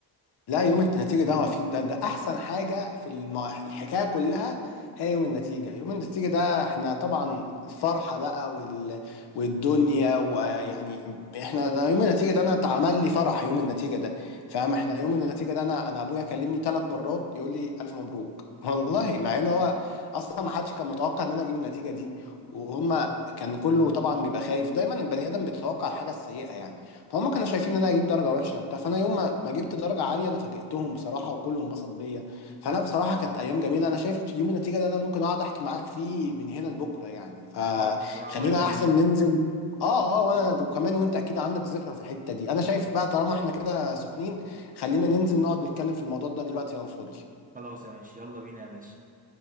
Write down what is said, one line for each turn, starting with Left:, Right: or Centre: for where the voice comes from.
Left: لا يوم النتيجة ده هو فين ده ده أحسن حاجة في الم... الحكاية كلها هي يوم النتيجة يوم النتيجة ده احنا طبعا الفرحة بقى وال... والدنيا ويعني احنا ده يوم النتيجة ده أنا اتعمل لي فرح يوم النتيجة ده فاهم احنا يوم النتيجة ده أنا أنا أبويا كلمني ثلاث مرات يقول لي ألف مبروك <laughs> والله مع إن هو أصلا ما حدش كان متوقع إن أنا أجيب النتيجة دي وهما كان كله طبعا بيبقى خايف دايما البني آدم بيتوقع الحاجة السيئة يعني فهم كانوا شايفين ان انا هجيب درجه وحشه وبتاع فانا يوم ما ما جبت درجه عاليه انا فاجئتهم بصراحه وكله انبسط بيا فانا بصراحه كانت ايام جميله انا شايف يوم النتيجه ده انا ممكن اقعد احكي معاك فيه من هنا لبكره يعني فخلينا
Right: اه بصراحه وانا كمان
Left: احسن ننزل اه اه وانا وكمان وانت اكيد عندك ذكرى في الحته دي انا شايف بقى طالما احنا كده سخنين خلينا ننزل نقعد نتكلم في الموضوع ده دلوقتي لو فاضي
Right: خلاص يا ماشي يلا بينا يا باشا